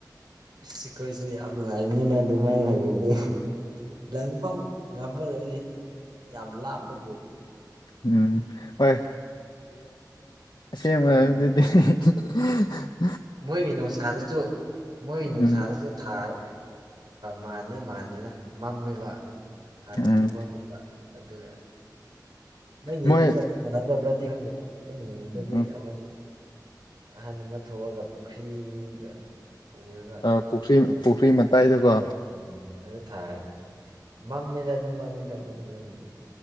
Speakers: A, on the right (about 75°); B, on the left (about 85°).
A: ꯁꯤꯈꯣꯏꯁꯤꯗꯤ ꯌꯥꯝ ꯅꯨꯡꯉꯥꯏꯕꯅꯤꯅ ꯑꯗꯨꯃꯥꯏꯅ ꯍꯥꯏꯔꯤꯗꯤ ꯂꯪꯐꯧ ꯉꯝꯃꯔꯣꯏꯅꯦ ꯌꯥꯝ ꯂꯥꯞꯄꯕꯨ
B: ꯎꯝ ꯍꯣꯏ ꯁꯦꯝꯃ
A: ꯎꯝ
B: ꯑꯗꯨꯗꯤ <unintelligible>
A: ꯃꯣꯏꯒꯤ ꯅꯨꯡꯁꯥꯗꯁꯨ ꯃꯣꯏ
B: ꯎꯝ
A: ꯅꯨꯡꯁꯥꯗꯁꯨ ꯊꯥꯔ ꯃꯥꯟꯅꯤ ꯃꯥꯟꯅꯤꯅ ꯃꯝꯃꯤꯕ ꯍꯥꯟꯅ
B: ꯎꯝ
A: ꯃꯃꯝ ꯑꯗꯨꯒ ꯅꯪ ꯌꯦꯡꯕ
B: ꯃꯣꯏ
A: ꯃꯥꯟꯅꯗꯕ꯭ꯔꯗꯤ ꯈꯪꯗꯦ ꯑꯩꯅ ꯌꯦꯡꯕꯗꯗꯤ
B: ꯎꯝ
A: ꯑꯃꯗꯤ ꯑꯍꯟ ꯑꯃ ꯊꯣꯛꯑꯒ ꯄꯨꯈ꯭ꯔꯤꯒ ꯎꯔꯒ
B: ꯑ ꯄꯨꯈ꯭ꯔꯤ
A: ꯀꯩꯅꯣꯁꯤꯔ
B: ꯄꯨꯈ꯭ꯔꯤ ꯃꯇꯥꯏꯗꯨꯀꯣ
A: ꯎꯝ ꯑꯗꯨ ꯊꯥ ꯃꯝꯃꯦꯗ ꯑꯗꯨꯝ ꯃꯝꯃꯤꯗ ꯃꯝꯂꯕꯨꯗꯤ